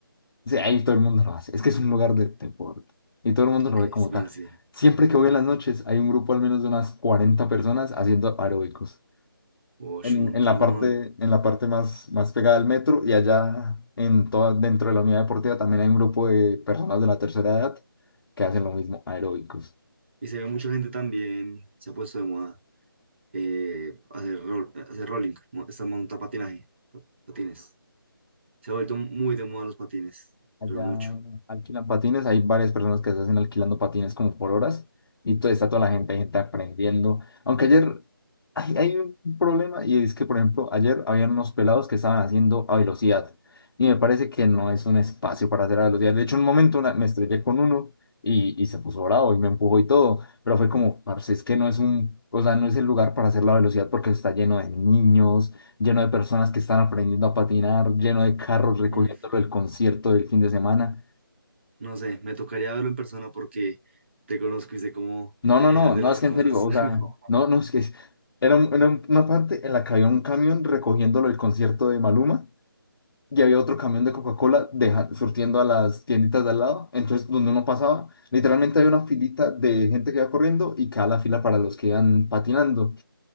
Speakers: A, on the left (about 75°); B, on the right (about 30°).
A: Sí, ahí todo el mundo lo hace. Es que es un lugar de deporte y todo el mundo
B: Ok,
A: lo ve como
B: bueno,
A: tal.
B: sí.
A: Siempre que voy en las noches hay un grupo al menos de unas 40 personas haciendo aeróbicos
B: Uy,
A: en,
B: un montón.
A: en la parte, en la parte más, más pegada al metro y allá en toda, dentro de la unidad deportiva también hay un grupo de personas de la tercera edad que hacen lo mismo, aeróbicos.
B: Y se ve mucha gente también. Se ha puesto de moda. eh, hacer, ro- hacer rolling, mo- esta monta patinaje, pa- patines. Se ha vuelto muy de moda los patines,
A: Allá
B: pero mucho.
A: alquilan patines, hay varias personas que se hacen alquilando patines como por horas y todo, está toda la gente, hay gente aprendiendo. Aunque ayer hay, hay un problema y es que, por ejemplo, ayer habían unos pelados que estaban haciendo a velocidad y me parece que no es un espacio para hacer a velocidad. De hecho, en un momento una- me estrellé con uno y, y se puso bravo y me empujó y todo, pero fue como, parce, es que no es un, o sea, no es el lugar para hacer la velocidad porque está lleno de niños lleno de personas que están aprendiendo a patinar, lleno de carros recogiéndolo
B: Mm,
A: el concierto del fin de semana.
B: no sé, me tocaría verlo en persona porque te conozco y sé cómo
A: No,
B: te
A: no,
B: quejas
A: no,
B: de
A: no,
B: las
A: es que
B: cosas.
A: en serio, o
B: <laughs>
A: sea, no, no, es que es- era, un- era un- una parte en la que había un camión recogiéndolo el concierto de Maluma y había otro camión de Coca-Cola deja- surtiendo a las tienditas de al lado. Entonces, donde uno pasaba, literalmente había una filita de gente que iba corriendo y quedaba la fila para los que iban patinando,